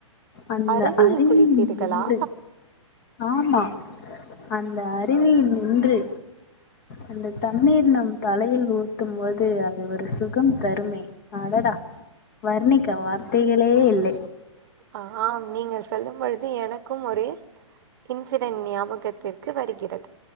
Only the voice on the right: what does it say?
அருவியில்
குளித்தீர்களா
ஆ நீங்க சொல்லும் பொழுது எனக்கும் ஒரு இன்சிடன் ஞாபகத்திற்கு வருகிறது